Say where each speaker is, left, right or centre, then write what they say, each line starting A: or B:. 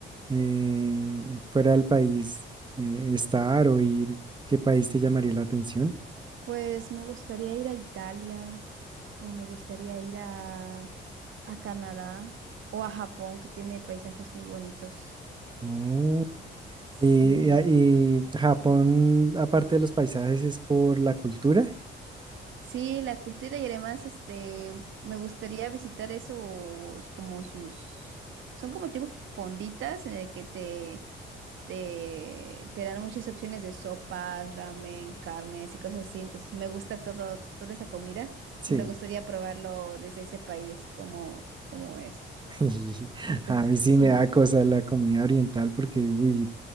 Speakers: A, on the right; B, on the right.
A: eh, fuera del país eh, estar o ir, ¿qué país te llamaría la atención?
B: Pues me gustaría ir a Italia o me gustaría ir a, a Canadá o a Japón, que tiene paisajes muy bonitos.
A: Oh.
B: Sí,
A: Eh, a- y Japón, aparte de los paisajes, es por la cultura.
B: sí, la cultura y además este, me gustaría visitar esos como sus, son como tipo fonditas en el que te, te, te dan muchas opciones de sopas, ramen, carnes y cosas así. Entonces me gusta todo, toda esa comida
A: Sí,
B: y me gustaría probarlo desde ese país, como, como es.
A: <laughs>
B: Entonces,
A: a mí
B: <laughs>
A: sí
B: sí,
A: me da cosa la comida oriental porque, uy,